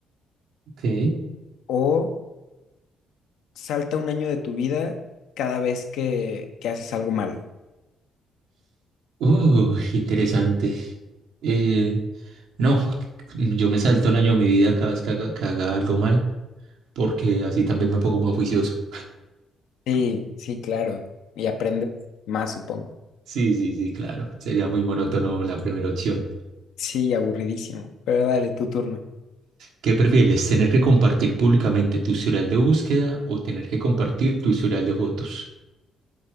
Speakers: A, on the right; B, on the left.
A: Ok.
B: o salta un año de tu vida cada vez que, que haces algo mal?
A: Uh, interesante. Eh, no, yo me salto el año de mi vida cada vez que haga, que haga algo mal, porque así también me pongo más juicioso.
B: Sí, sí, claro. Y aprendes más, supongo.
A: Sí, sí, sí, claro. Sería muy monótono la primera opción.
B: Sí, aburridísimo. Pero dale, tu turno.
A: ¿Qué prefieres, tener que compartir públicamente tu historial de búsqueda o tener que compartir tu historial de fotos?